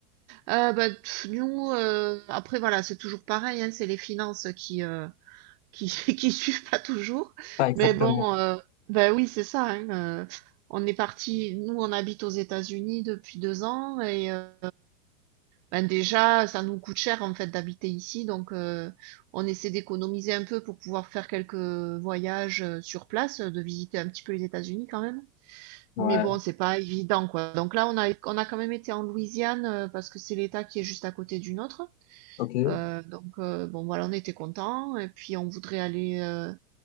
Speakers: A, on the right; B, on the left.
A: Euh, ben, pff, nous, euh, après voilà, c'est toujours pareil, hein, c'est les finances qui, euh, qui <laughs> qui suivent pas toujours.
B: Pas exactement.
A: Mais bon, heu, bah, oui, c'est ça, hein, heu, on est parti nous, on habite aux États-Unis depuis 2 ans et heu, bah, déjà, ça nous coûte cher, en fait, d'habiter ici donc heu, on essaie d'économiser un peu pour pouvoir faire quelques voyages, heu, sur place, euh, de visiter un petit peu les États-Unis quand même.
B: Ouais,
A: Mais bon, c'est pas évident, quoi. Donc là, on a on a quand même été en Louisiane, heu, parce que c'est l'État qui est juste à côté du nôtre.
B: ok.
A: Heu, donc heu, bon, voilà, on était contents et puis on voudrait aller, heu